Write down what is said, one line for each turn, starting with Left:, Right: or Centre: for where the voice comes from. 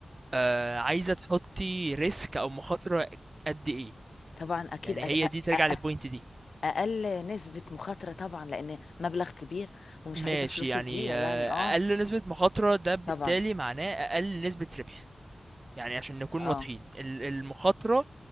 Right: آه، عايزه تحطي ريسك او مخاطره قد ايه
Left: طبعا اكيد
Right: يعني
Left: أ-
Right: هي
Left: أ-
Right: دي ترجع
Left: أ-
Right: للبوينت دي
Left: اقل نسبه مخاطره طبعا لان مبلغ كبير ومش
Right: ماشي
Left: عايزه فلوسي
Right: يعني
Left: تضيع
Right: آه،
Left: يعني اه
Right: اقل نسبة مخاطرة ده بالتالي
Left: طبعا
Right: معناه اقل نسبة ربح يعني عشان نكون
Left: اه
Right: واضحين ال- المخاطرة